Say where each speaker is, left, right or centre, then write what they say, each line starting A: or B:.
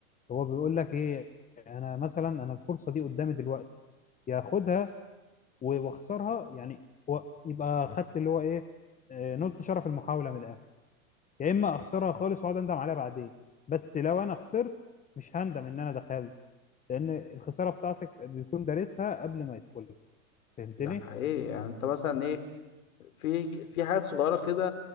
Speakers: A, on the left; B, on the left.
A: هو بيقول لك ايه انا مثلا انا الفرصة دي قدامي دلوقتي ياخدها و- واخسرها يعني هو يبقى خدت اللي هو ايه آه، نلت شرف المحاولة من الاخر يا اما اخسرها خالص واقعد اندم عليها بعدين بس لو انا خسرت مش هندم ان انا دخلت لان الخسارة بتاعتك بيكون دارسها قبل ما يدخلها فهمتني
B: ده حقيقي يعني أنت مثلا إيه في في حاجات صغيرة كده